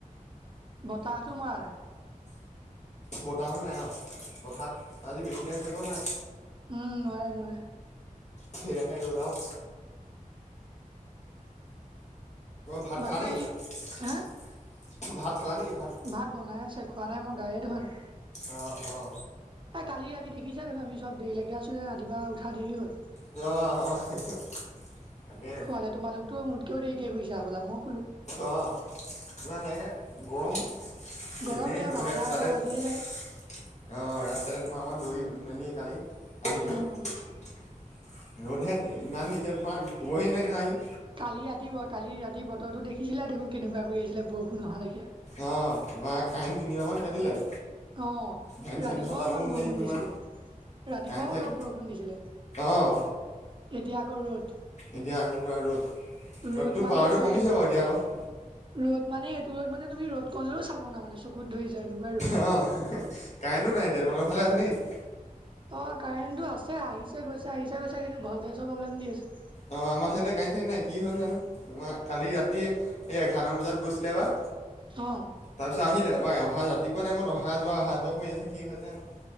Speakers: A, on the right; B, on the left.
A: বতাহটো মৰা নাই।
B: বতাহতো নাই অ, পথাত আজি বেছি টাইম থাকিব নোৱাৰে
A: উম, নোৱাৰে। <unintelligible>
B: সেইয়াহে ৰ'দ আউ। ভাত
A: বাকী
B: খালা? <unintelligible>
A: হা
B: ভাত খালা <unintelligible> ভাত?
A: ভাত বনাই আছে খোৱা নাই মই গায়ে ধোৱা নাই।
B: অ, অ',
A: হা কালি ৰাতি দেখিচা <unintelligible> আমি চব দেৰিলেকে আছো যে ৰাতিপুৱা উঠা দেৰি হ'ল।
B: অ, হ <unintelligible> তাকে।
A: শোৱালে তোমালোকতো মোতকেও দেৰিকে হোইছা হবলা ম
B: অ, <unintelligible> হেয়েহে গৰম <unintelligible> <unintelligible> অ,
A: গৰম
B: ৰাস্তাতে
A: সেয়া বাৰটা এটা বাজিয়ে যায়
B: তোমা অকণমান দৌৰি <unintelligible> মেলি কালি আহিলো।
A: উম
B: ৰ'দহে ইমান দিছে তোমাৰ হ'বহি। <unintelligible>
A: কালি ৰাতি ব, কালি ৰাতি বতৰটো দেখিছিলা দেখোন কেনেকুৱা কৰি আইছিলে বষুণ নহালৈকে।
B: অ, তোমাৰ কাৰেণ তিনিবামান কাটিলে।
A: অ,
B: ফেন
A: ৰাতিপুৱাও
B: চেন চলাবও
A: অকণৱান
B: নোৱাৰি
A: বষুণ
B: তোমাৰ
A: দিছিলে। ৰাতিপুৱাও
B: কাৰেণ্ট চেন
A: অলপ বৰষুণ দিছিলে,
B: অঁ
A: এতিয়া আকৌ ৰ'দ।
B: এতিয়া আকৌ পুৰা ৰ'দ,
A: ৰ'দ
B: ৰ'দটো
A: মানে
B: পাৱাৰটো
A: কৈ
B: কমিছে <unintelligible> এতিয়া অলপ।
A: ৰ'দ মানে এইটো ৰ'দ মানে তুমি ৰ'দ কণলেও চাব নামানে চকুত ধৰি যায়নো।
B: অ, কাৰেণো নাই দিয়া <unintelligible> ফালে আছে নেকি?
A: অ, কাৰেণটো আছে আহিছে গৈছে আহিছে গৈছে কিতু ভলঢে'চ পব্লেম দি আছে।
B: অ, আমাৰ ছাইডে কাৰেণ চাৰেণ নাই কি হ'ল নানো তোমা কালি ৰাতিয়ে হে এঘাৰটামান বজাত গৈছিলে বা
A: অ',
B: তাৰ পিছে আহিলে, <unintelligible> এ অহা ৰাতিপুৱা টাইমত অহা যোৱা আহা যোৱা কৰি আছে কি হৈছে আনো?